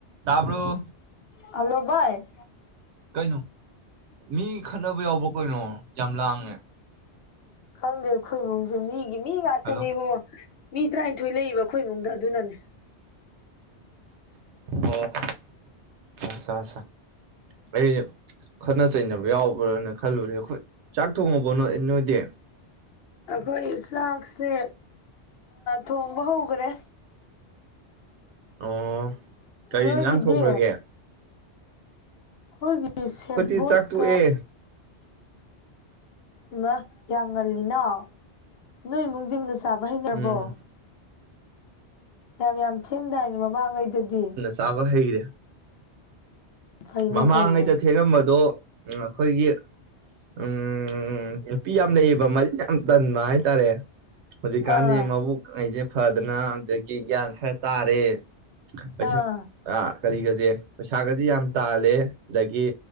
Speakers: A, on the right; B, on the left.
A: ꯇꯔꯕ
B: hello ꯚꯏ
A: ꯀꯩꯅꯣ ꯃꯤ ꯈꯠꯅꯕ ꯌꯥꯎꯕ ꯀꯩꯅꯣ ꯌꯥꯝ ꯂꯥꯡꯉꯦ
B: ꯈꯪꯗꯦ ꯑꯩꯈꯣꯏ ꯏꯃꯨꯡꯁꯦ ꯃꯤꯒꯤ ꯃꯤ ꯉꯥꯛꯇꯅꯦ
A: ꯍꯜꯂꯣ
B: ꯏꯕꯨꯡꯉꯣ ꯃꯤ ꯇꯔꯥꯅꯤꯊꯣꯏ ꯂꯩꯕ ꯑꯩꯈꯣꯏ ꯏꯃꯨꯡꯗ ꯑꯗꯨꯅꯅꯦ
A: ꯑꯣ ꯑꯆꯥ ꯑꯆꯥ ꯑꯆꯥ ꯑꯩ ꯈꯠꯅ ꯆꯩꯅꯕ ꯌꯥꯎꯕ꯭ꯔꯥꯅ ꯈꯜꯂꯨꯔꯦ ꯑꯩꯈꯣꯏ ꯆꯥꯛ ꯊꯣꯡꯉꯕ ꯅꯣꯏ ꯅꯣꯏꯗꯤ
B: ꯑꯩꯈꯣꯏ ꯆꯥꯛꯁꯦ ꯊꯣꯡꯕ ꯍꯧꯈꯔꯦ
A: ꯑꯣ ꯀꯔꯤ
B: ꯅꯣꯏꯒꯤꯗꯤ
A: ꯏꯟꯖꯥꯡ ꯊꯣꯡꯈ꯭ꯔꯒꯦ
B: ꯑꯩꯈꯣꯏꯒꯤ
A: ꯑꯩꯈꯣꯏꯗꯤ
B: ꯁꯦꯕꯣꯠꯀ
A: ꯆꯥꯛ ꯇꯣꯛꯑꯦ
B: ꯏꯃ ꯌꯥ ꯉꯜꯂꯤꯅꯣ ꯅꯣꯏ ꯏꯃꯨꯡꯁꯤꯡꯅ ꯆꯥꯕ ꯍꯩꯅꯔꯕꯣ
A: ꯎꯝ
B: ꯌꯥꯝ ꯌꯥꯝ ꯊꯦꯡꯗꯥꯏꯅꯦ ꯃꯃꯥꯡꯉꯩꯗꯗꯤ
A: ꯇꯥꯕ ꯍꯩꯔꯦ
B: ꯐꯩꯅꯦ
A: ꯃꯃꯥꯡꯉꯩꯗ
B: ꯐꯩꯅꯦ
A: ꯊꯦꯡꯉꯝꯕꯗꯣ ꯎ ꯑꯩꯈꯣꯏꯒꯤ ꯎꯝ ꯅꯨꯄꯤ ꯌꯥꯝ ꯂꯩꯌꯦꯕ ꯃꯔꯤꯟ ꯌꯥꯝ ꯇꯟꯕ ꯍꯥꯏꯇꯥꯔꯦ ꯍꯧꯖꯤꯛꯀꯥꯟꯗꯤ
B: ꯑꯥ
A: ꯃꯕꯨꯛ ꯑꯩꯁꯦ ꯐꯗꯅ ꯑꯗꯒꯤ ꯒ꯭ꯌꯥꯟ ꯈꯔ ꯇꯥꯔꯦ ꯄꯩꯁꯥ
B: ꯑꯥ
A: ꯑ ꯀꯔꯤꯒꯁꯦ ꯄꯩꯁꯥꯒꯁꯦ ꯌꯥꯝ ꯇꯥꯜꯂꯦ ꯑꯗꯒꯤ